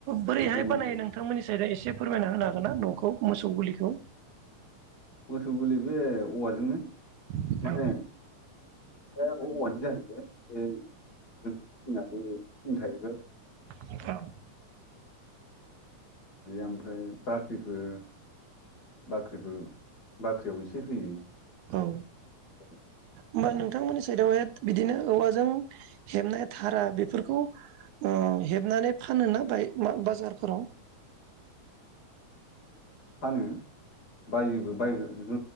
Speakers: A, on the right; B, on the left.
A: बोरैहाय
B: मोसौ गलि
A: बानायो नोंथांमोननि सायेदाव एसे फोरमायना होनो हागोन ना न'खौ मोसौ गुलिखौ।
B: मोसौ गलि बे औवाजोंनो
A: औ
B: माने ओ औवानि जाहैबाय ओ <unintelligible>
A: औ
B: बेयो ओमफ्राय बाख्रिखो बाख्रिफोर बाख्रियाव एसे होयो।
A: औ
B: <inaudible>
A: होमबा नोंथांमोननि सायेदावहाय बिदिनो औवाजों हेबनाय धारा बेफोरखौ अ हेबनानै फानोना बाय बाजारफोराव।
B: <inaudible> फानो। बायोबो बाय- <unintelligible>